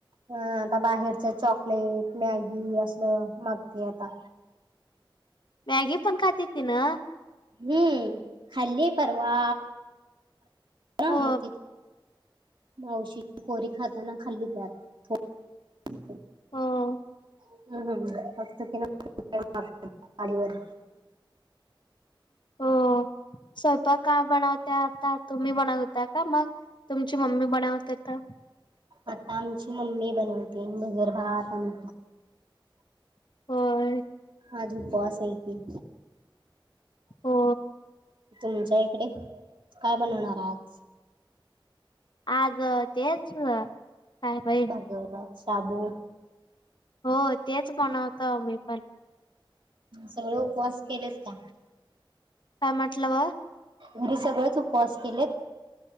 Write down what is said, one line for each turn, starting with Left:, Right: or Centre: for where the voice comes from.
Right: हां आता बाहेरच चॉकलेट, मॅगी असलं मागते आता.
Left: मॅगी पण खाते तिनं?
Right: हम्म खाल्ली परवा <unintelligible>
Left: हो
Right: मावशीची पोरी खाताना खाल्ली त्यात थोडं.
Left: हो
Right: हम्म हम्म हम्म फक्त तिनं <unintelligible> वर. <inaudible>
Left: हो स्वयंपाक काय बनवत्या आता? तुम्ही बनवता का मग? तुमची मम्मी बनवते तर!
Right: आता आमची मम्मी बनवते भगर भात आम
Left: होय.
Right: आज उपवास आहे की.
Left: हो
Right: तुमच्या इकडे काय बनवणार आज?
Left: आज तेच काय पहि
Right: जेवणात शाबू
Left: हो तेच बनवतो आम्ही पण.
Right: सगळे उपवास केलेत का?
Left: काय म्हटलं बा?
Right: घरी सगळेच उपवास केलेत?